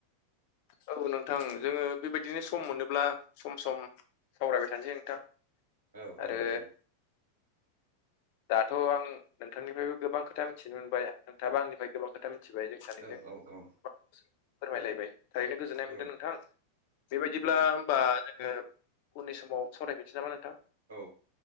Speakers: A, on the left; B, on the right.
A: औ नोंथां जोङो बेबायदिनो सम मोनोब्ला सम सम सावरायबाय थानोसै नोंथां
B: औ
A: आरो
B: औ नोंथां
A: दाथ' आं नोंथांनिफ्रायबो गोबां खोथा मिथिनो मोनबाय नोंथाङाबा आंनिफ्राय गोबां खोथा मिथिबाय जों सानै
B: औ
A: जों
B: औ औ
A: फोरमायलायबाय थारैनो गोजोननाय
B: औ
A: मोनदों नोंथां बेबायदिब्ला
B: औ
A: होनबा जोङो उननि समाव सावरायफिननोसै नामा नोंथां
B: औ